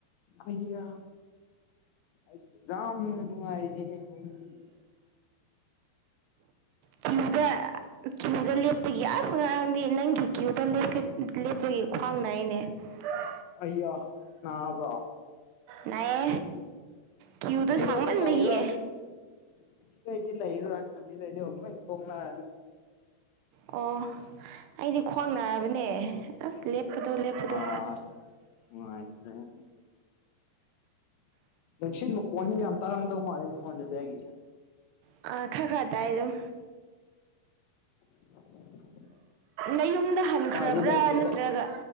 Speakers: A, on the left; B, on the right.
A: ꯑꯌꯥ ꯑꯩꯁꯤ ꯌꯥꯝꯅ ꯅꯨꯡꯉꯥꯏꯔꯤꯅꯦ ꯑꯩ
B: ꯀ꯭ꯌꯨꯗ ꯀ꯭ꯌꯨꯗ ꯂꯦꯞꯄꯒꯤ ꯑꯁ ꯉꯔꯥꯡꯗꯤ ꯅꯪꯒꯤ ꯀ꯭ꯌꯨꯗ ꯂꯦꯞꯀꯦ ꯂꯦꯞꯄꯒꯤ ꯈ꯭ꯋꯥꯡ ꯅꯥꯏꯅꯦ꯫ <unintelligible>
A: ꯑꯌꯥ ꯅꯥꯕꯔꯣ
B: ꯅꯥꯏꯌꯦ ꯀ꯭ꯌꯨꯗ
A: ꯉꯁꯤꯗꯩꯗꯤ
B: ꯁꯥꯡꯃꯟꯕꯒꯤ꯫
A: ꯂꯩꯔꯣꯏ ꯉꯁꯤꯗꯩꯗꯤ ꯂꯩꯔꯔꯣꯏ ꯉꯁꯤꯗꯩꯗꯤ ꯑꯣꯛ ꯂꯣꯏ ꯇꯣꯛꯅꯔꯅꯤ꯫
B: ꯑꯣ ꯑꯩꯗꯤ ꯈ꯭ꯋꯥꯡ ꯅꯥꯔꯕꯅꯦ꯫ ꯑꯁ ꯂꯦꯞꯄꯗꯣ ꯂꯦꯞꯄꯗꯣ
A: ꯑꯥꯁ ꯅꯨꯡꯉꯥꯏꯇꯔ꯭ꯦꯉꯣ꯫ ꯅꯨꯡꯁꯤꯠ ꯃꯈꯣꯟꯁꯤꯅ ꯌꯥꯝ ꯇꯥꯔꯝꯒꯗꯧ ꯃꯥꯂꯦ ꯅꯉꯣꯟꯗꯁꯦ ꯑꯩꯒꯤꯁꯦ
B: ꯑ ꯈꯔ ꯈꯔ ꯇꯥꯏ ꯑꯗꯨꯝ꯫
A: <inaudible>
B: ꯅꯌꯨꯝꯗ ꯍꯟꯈ꯭ꯔꯕ꯭ꯔꯥ
A: ꯎꯄꯥꯏꯗꯤ ꯂꯩꯇ꯭ꯔꯦꯗ
B: ꯅꯠꯇ꯭ꯔꯒ